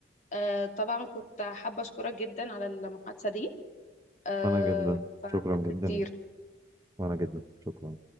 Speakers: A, on the left; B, on the right.
A: آه، طبعا كنت حابة أشكرك جدا على المحادثة دي آه،
B: انا جدا
A: فمش
B: شكرا جدا
A: كتير
B: جدا. وانا جدا شكرا